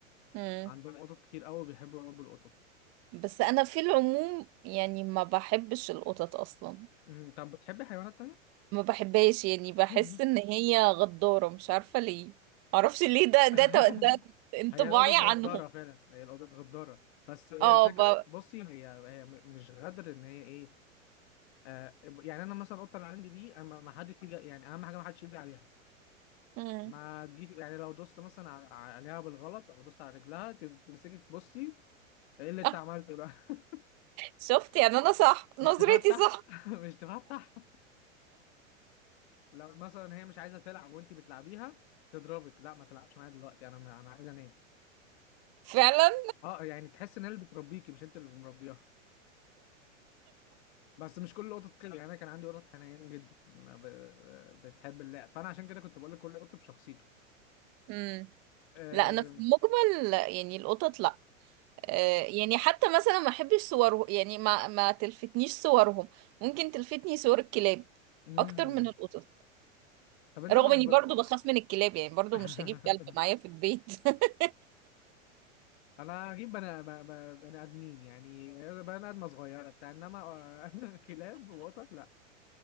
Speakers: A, on the right; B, on the left.
A: امم
B: عندهم قطط كتير قوي بيحبوا يربوا القطط
A: بس انا في العموم يعني ما بحبش القطط اصلا
B: أمم، طب بتحبي حيوانات تانية
A: ما بحبهاش يعني بحس
B: <laughs>
A: ان هي غدارة مش عارفة ليه معرفش ليه ده ده
B: <laughs>
A: ده ده انطباعي
B: هي الأوضة اتغدارة
A: عنهم
B: فعلا هي الأوضة اتغدارة بس هي
A: اه
B: الفكرة
A: ب...
B: بصي هي هي م- مش غدر إن هي إيه آه يعني أنا مثلا القطة اللي عندي دي أنا ما ما حدش يجي يعني أهم حاجة ما حدش يجي عليها
A: مم.
B: ما تجيش يعني لو دوست مثلا ع- ع- عليها بالغلط أو دوست على رجلها تب- تمسكك بصي إيه اللي أنت
A: <laughs>
B: عملته ده <laughs>
A: شفت يعني انا صح نظرتي
B: مش تفتح
A: صح
B: <laughs> مش تفتح لو مثلا هي مش عايزة تلعب وأنت بتلعبيها تضربك لا ما تلعبش معايا دلوقتي أنا أنا عايز أنام
A: فعلا
B: أه يعني تحس إن هي اللي بتربيكي مش أنت اللي مربيها بس مش كل القطط كده يعني انا كان عندي قطط حنينه جدا أنا ب... بتحب اللعب فانا عشان كده كنت بقول لك كل قط بشخصيته
A: امم
B: أم...
A: لا انا في المجمل يعني القطط لا آه يعني حتى مثلا ما احبش صورهم يعني ما ما تلفتنيش صورهم ممكن تلفتني صور الكلاب
B: أم...
A: اكتر من القطط
B: طب انت
A: رغم
B: مرب
A: اني برضو بخاف من الكلاب يعني برضو
B: <laughs>
A: مش هجيب كلب معايا في البيت <laughs>
B: انا هجيب بني ب- ب- بني ادمين يعني بني ادمه صغيره بتاع انما <laughs> كلاب وقطط لا